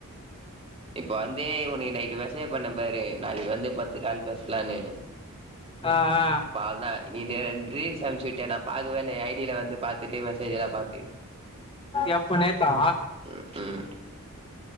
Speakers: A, on the right (about 25°); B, on the left (about 25°).
A: இப்ப வந்தே உனக்கு நைட்டு மெசேஜ் பண்ணே பாரு நாளைக்கு வந்து பத்து கால் பேசலான்னு
B: ஆ ஆ
A: இப்ப அவ்ளதா நீ டென் ரீல்ஸ் அமிச்சு விட்டே நா பாக்கவே இல்லயே ஐடியில வந்து பாத்துட்டு மெசேஜ்ல்ல பாத்
B: எப்ப நேத்தா
A: ம் ம்